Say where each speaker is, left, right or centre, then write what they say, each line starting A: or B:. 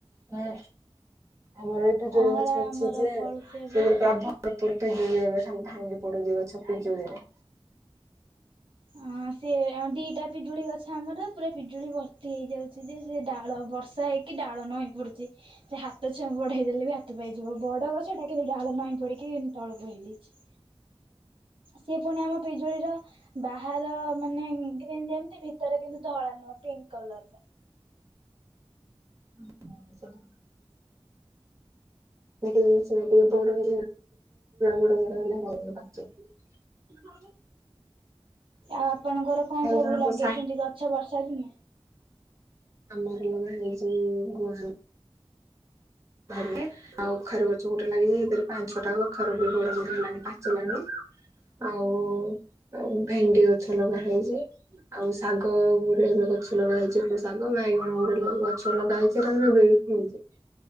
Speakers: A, on the right; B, on the right.
A: ହୁଁ ଆମର ଏଟୁ ପିଜୁଳି
B: ଅଁଳା
A: ଗଛ ଅଛି
B: ଆମର
A: ଯେ
B: ଫଳୁଛି ଏବେ।
A: ସେ ପ୍ରାଭ ଭରପୁର ପିଜୁଳି ଏବେ <unintelligible> ପଡୁଚି ଗଛ ପିଜୁଳିରେ।
B: ହଁ ସେ ଆ ଦି ଟା ପିଜୁଳି ଗଛ ଆମର ପୁରା ପିଜୁଳି ଭର୍ତ୍ତି ହେଇଯାଉ ଛି <unintelligible> ଯେ ସେ ଡାଳ ବର୍ଷା ହେଇକି ଡାଳ ନଈ ପଡୁଛି ସେ ହା ହ ଛୁଆକୁ ବଢ଼େଇ ଦେଲେ ବି ହାତ ପାଇଯିବ ବଡ଼ ଗଛ ଏଟା କିନ୍ତୁ ଡାଳ ନହିଁ ପଡ଼ିକି ତଳକୁ ହେଇଯାଇଛି। ସିଏ ପୁଣି ଆମ ପିଜୁଳିର ବାହାର ମାନେ ଗ୍ରୀନ ଯେମିତି ଭିତରେ କିନ୍ତୁ ଧଳା ନୁହଁ ପିଙ୍କ କଲର ର।
A: ହଁ <unintelligible> ଏଇଟି ସେଇଟି ବଡ <unintelligible> ବଡହେଲେ ଭଲ ପାଚେ। ହଁ <unintelligible>
B: ଆଉ ଆପଣଙ୍କର କଣ ସବୁ
A: ଜଣଙ୍କ
B: ଲଗେଇଛନ୍ତି
A: ସା
B: ଗଛ ବର୍ଷା ଦିନେ?
A: ଆମର ଲଗା ହେଇଛି ଗୁଆର ଭାଗେ ଆଉ କଖାରୁ ଗଛ ଗୋଟେ ଲାଗିଛିରେ ତାର ପାଞ୍ଚ ଛଟା କଖାରୁ ବଡ ହଇଗଲାଣି ପାଚିଲାଣି। ଆଉ ଭେଣ୍ଡି ଗଛ ଲଗା ହେଇଛି। ଆଉ ଶାଗ ଗୋଟେ ଏବେ ଗଛ ଲଗା ହେଇଛି ଗୋଟେ ଶାଗ ବାଇଗଣ ଗୋଟେ ଗଛ ଲଗା ହେଇଛି <unintelligible> ହୁଁ <unintelligible>